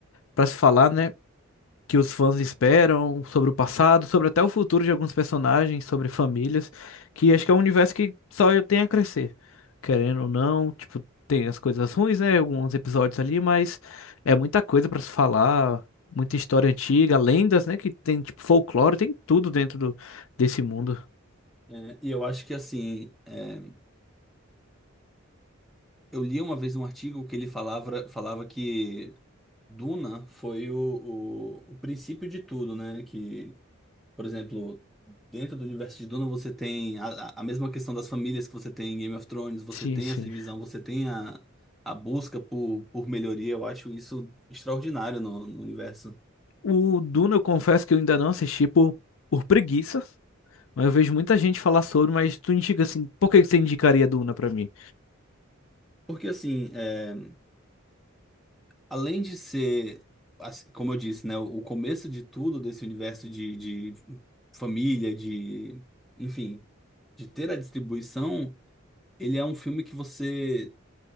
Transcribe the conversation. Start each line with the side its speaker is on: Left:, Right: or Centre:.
Left: para se falar, né? que os fãs esperam, sobre o passado, sobre até o futuro de alguns personagens, sobre famílias, que acho que é um universo que só tem a crescer, querendo ou não, tipo, tem as coisas ruins, né, alguns episódios ali, mas é muita coisa pra se falar, muita história antiga, lendas, né, que tem tipo folclore, tem tudo dentro do, desse mundo.
Centre: É, e eu acho que assim, é, eu li uma vez um artigo que ele falava, falava que Duna foi o, o, o princípio de tudo, né? Que, por exemplo, dentro do universo de Duna você tem a, a a mesma questão das famílias que você tem em Game of Thrones, você
Left: Sim,
Centre: tem
Left: sim.
Centre: essa divisão, você tem a, a busca por, por melhoria. Eu acho isso extraordinário no, no universo.
Left: O Duna, eu confesso que eu ainda não assisti por, por preguiça. Mas eu vejo muita gente falar sobre, mas tu indica assim, por que que você indicaria Duna pra mim?
Centre: Porque assim, é, Além de ser, assim, como eu disse, né, o começo de tudo desse universo de, de família, de, enfim, de ter a distribuição, ele é um filme que você